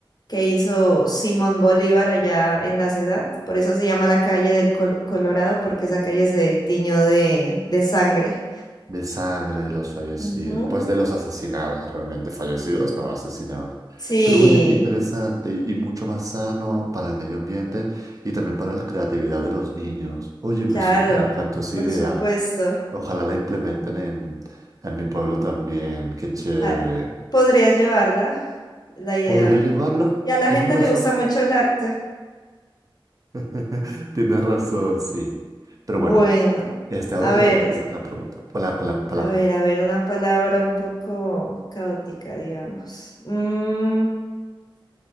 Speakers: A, on the left; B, on the right.
A: que hizo Simón Bolívar allá en la ciudad. Por eso se llama la calle del Col- Colorado, porque esa calle se tiñó de, de sangre.
B: De sangre de los fallecidos.
A: Ujú.
B: Pues de los asesinados, realmente. Fallecidos, no, asesinados.
A: Sí,
B: Pero oye, qué interesante y, y mucho más sano para el medio ambiente y también para la creatividad de los niños. Oye, me
A: claro,
B: súper encantó esa
A: por
B: idea.
A: supuesto.
B: Ojalá la implementen en, en mi pueblo también. Qué chévere.
A: Ah, ¿Podrías llevarla, la idea?
B: ¿Podría llevarla?
A: Y a la
B: Tienes
A: gente
B: razón.
A: le gusta mucho el arte.
B: <laughs> Tienes razón, sí. Pero
A: Bueno,
B: bueno, este, ahora
A: a
B: te
A: ver,
B: toca a ti con la pregunta, con la, con la palabra.
A: a ver, a ver, una palabra un poco caótica, digamos. Mm,